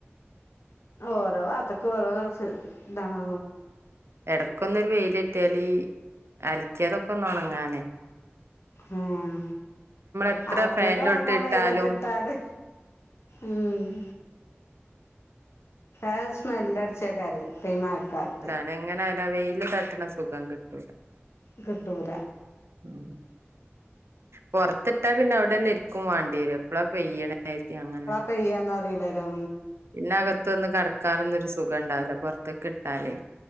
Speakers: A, on the left; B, on the right.
A: ഓരോ ഭാഗത്തേക്ക് ഓരോ ത് എന്താണ്
B: എടക്കൊന്നരു വെയിലിട്ടിയാല് അലക്കിയതൊക്കെ ഒന്നോണങ്ങാനെ
A: ഉം
B: എത്ര
A: അലക്കേത്
B: ഫാന്റെ
A: ഉണങ്ങാൻ
B: ചോട്ടില് ഇട്ടാലും
A: വെയിലത്തിട്ടാല് ഉം ഏഹ് സ്മെൽ അ ച്ചക്കറി പ്പ ഈ മയക്കാലത്ത്
B: അത് എങ്ങനെയായാല് ആ വെയില് തട്ടണ സുഖം കിട്ടൂല
A: കിട്ടൂല
B: ഉം പുറത്തിട്ടാ പിന്നെ അവി അവിടെന്നെ ഇരിക്കും വാണ്ടിയര് എപ്പഴാ പെയ്യണത്തി അങ്ങനെ
A: പെയ്യ എന്ന റില്ലല്ലോ
B: പിന്നെ അകത്തൊന്ന് കടക്കാനൊന്നും ഒരു സുഖംണ്ടാവില്ല പുറത്തേക്ക് ഇട്ടാലേ